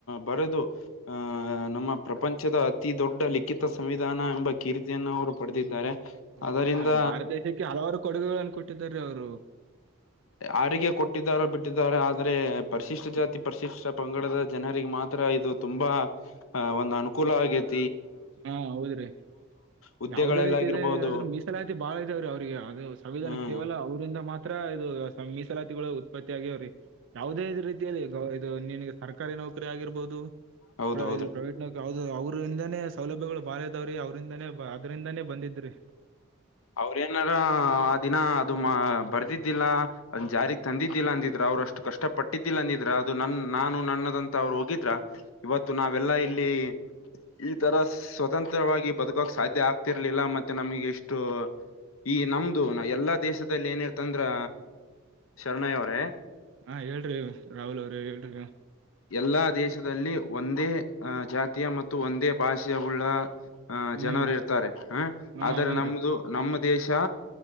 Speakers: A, on the left (about 80°); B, on the right (about 60°).
A: ಬರೆದು ಆಹ ನಮ್ಮ ಪ್ರಪಂಚದ ಅತಿ ದೊಡ್ಡ ಲಿಖಿತ ಸಂವಿಧಾನ ಎಂಬ ಕೀರ್ತಿಯನ್ನು ಅವರು ಪಡೆದಿದ್ದಾರೆ. ಅದರಿಂದ
B: ಹೌದ್ರೀ ನಮ್ ಭಾರತ ದೇಶಕ್ಕೆ ಹಲವಾರು ಕೊಡುಗೆಗಳನ್ನು ಕೊಟ್ಟಿದಾರೀ ಅವರು.
A: ಯಾರಿಗೆ ಕೊಟ್ಟಿದ್ದಾರೋ ಬಿಟ್ಟಿದ್ದಾರೆ ಆದ್ರೆ ಪರಿಶಿಷ್ಟ ಜಾತಿ ಪರಿಶಿಷ್ಟ ಪಂಗಡದ ಜನರಿಗೆ ಮಾತ್ರ ಇದು ತುಂಬಾ ಅ ಒಂದ್ ಅನುಕೂಲ ಆಗೈತ್
B: ಹಾ ಹೌದ್ರಿ
A: ಹುದ್ದೆಗಳೆಲ್ಲ
B: ಯಾವುದೇ ರೀತಿಯಲ್ಲಿ
A: ಆಗಿರ್ಬೋದು
B: ಅದ್ರೂ ಮೀಸಲಾತಿ ಬಾಳ ಇದಾವ್ರೀ ಅವ್ರಿಗೆ ಯಾವುದೇ ಸಂವಿಧಾನ
A: ಹ್ಮ್
B: ಕೇವಲ ಅವರಿಂದ ಮಾತ್ರ ಇದು ಮೀಸಲಾತಿಗಳು ಉತ್ಪತ್ತಿ ಆಗ್ಯವ್ರೀ ಯಾವುದೇ ರೀತಿಯಲ್ಲಿ ಈಗ ಇದು ನಿನಗ ಸರ್ಕಾರಿ ನೌಕರಿ ಆಗಿರ್ಬಹುದು.
A: ಹೌದ್ ಹೌದ್ರಿ
B: ಇದು ಪ್ರಾವೇಟ್ನಲ್ಲಿ ಅವರು ಇಂದಾನೆ ಸೌಲಭ್ಯಗಳು ಬಾಳ ಇದಾವ್ರೀ ಅವ್ರಂದಾನೇ ಅದರಿಂದಾನೇ ಬಂದಿದ್ ರೀ
A: ಅವ್ರೇನಾರ ಆ ದಿನ ಅದು ಮಾ ಬರ್ದಿದ್ದಿಲ್ಲ. ಅಂದ್ ಜಾರಿಗೆ ತಂದಿದ್ದಿಲ್ಲ ಅಂದಿದ್ರೆ ಅವರು ಅಷ್ಟು ಕಷ್ಟ ಪಟ್ಟಿದ್ದಿಲ್ಲ ಅಂದಿದ್ರೆ ಅದು ನನ್ ನಾನು ನನ್ನದಂತ ಅವರು ಹೋಗಿದ್ರೆ ಇವತ್ತು ನಾವೆಲ್ಲಾ ಇಲ್ಲಿ ಈ ತರ ಸ್ವತಂತ್ರವಾಗಿ ಬದುಕೋಕ್ ಸಾಧ್ಯ ಆಗ್ತಿರ್ಲಿಲ್ಲ ಮತ್ತೆ ನಮಗೆ ಎಷ್ಟ್ ಷ್ಟು ಈ ನಮ್ದು ಎಲ್ಲಾ ದೇಶದಲ್ಲಿ ಏನಿರ್ತಂದ್ರೆ ಶರಣಯ್ಯ ಅವರೇ
B: ಹಾ ಹೇಳ್ರಿ ರಾಹುಲ್ ಅವರೇ ಹೇಳ್ರಿ
A: ಎಲ್ಲಾ ದೇಶದಲ್ಲಿ ಒಂದೇ ಅ ಜಾತಿಯ ಮತ್ತು ಒಂದೇ ಭಾಷೆಯವುಳ್ಳ ಹ
B: ಹ್ಮ್
A: ಜನರು ಇರ್ತಾರೆ ಹ
B: ಹಾ
A: ಆದರೆ
B: ಹೌದ್ರಿ
A: ನಮ್ದು ನಮ್ಮ ದೇಶ